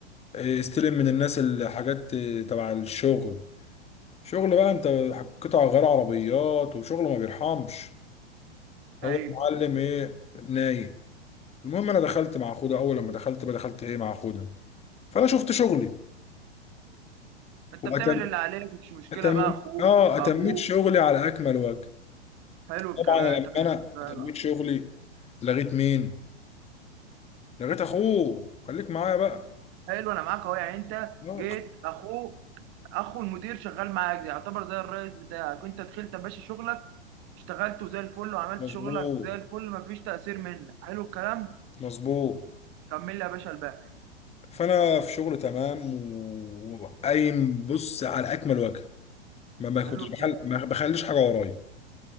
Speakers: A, on the left; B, on the right.
A: إيه، يستلم من الناس الحاجات إيه، تبع الشغل شغل بقى انت قطع غير عربيات وشغل ما بيرحمش
B: ايوه
A: هو المعلم ايه نايم المهم انا دخلت مع اخوه ده اول لما دخلت بقى دخلت ايه مع اخوه ده فانا شفت شغلي
B: انت
A: واتم
B: بتعمل اللي عليك مش مشكله
A: أتم...
B: بقى اخوه
A: اه اتميت
B: ابوه
A: شغلي على اكمل وجه
B: حلو الكلام
A: طبعا لما
B: انت كده
A: انا
B: شغال
A: اتميت
B: اه
A: شغلي لغيت مين لغيت اخوه خليك معايا بقى
B: حلو انا معاك اهو يعني انت
A: آه،
B: جيت اخوه اخو المدير شغال معاك يعتبر زي الرئيس بتاعك انت دخلت يا باشا شغلك اشتغلته زي الفل وعملت
A: مظبوط
B: شغلك زي الفل مفيش تأثير منك حلو الكلام
A: مظبوط
B: كمل لي يا باشا الباقي
A: فانا في شغل تمام و- وقايم بص على اكمل وجه ما باخدش
B: حلو الكلام
A: بحل ما بخليش حاجه ورايا